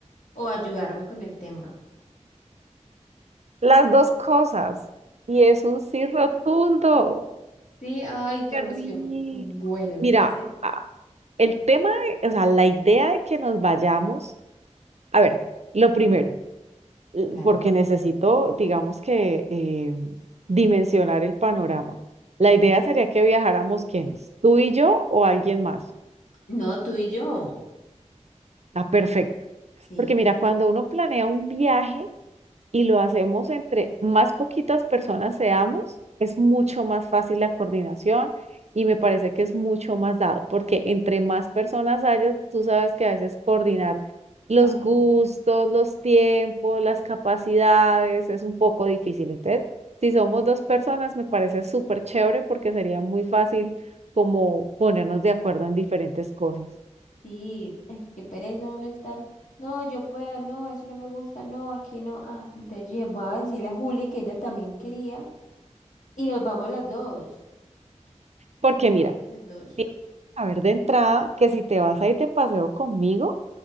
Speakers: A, on the left; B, on the right.
A: o ayudarme con el tema.
B: Las dos cosas. Y es un sí rotundo.
A: Sí, ay, qué
B: Qué
A: emoción.
B: rico.
A: Bueno, entonces,
B: Mira, a- el tema, de- o sea, la idea de que nos vayamos, a ver, lo primero, l-
A: Dale.
B: porque necesito, digamos que, eh, dimensionar el panorama. La idea sería que viajáramos quiénes, tú y yo o alguien más.
A: No, tú y yo.
B: Ah, perfecto.
A: Sí.
B: Porque mira, cuando uno planea un viaje, y lo hacemos entre más poquitas personas seamos, es mucho más fácil la coordinación y me parece que es mucho más dado, porque entre más personas hayas, tú sabes que a veces coordinar los
A: Ay,
B: gustos, los tiempos, las capacidades es un poco difícil. Entonces, si somos dos personas, me parece súper chévere porque sería muy fácil como ponernos de acuerdo en diferentes cosas.
A: sí, ay, qué pereza uno estar. No, yo puedo, no, eso no me gusta, no, aquí no. Ah, entonces yo dije, voy a decirle a Juli que ella también quería y nos vamos las dos.
B: Porque
A: nos
B: mira,
A: vamos las dos.
B: tienes que saber de entrada que si te vas a ir de paseo conmigo,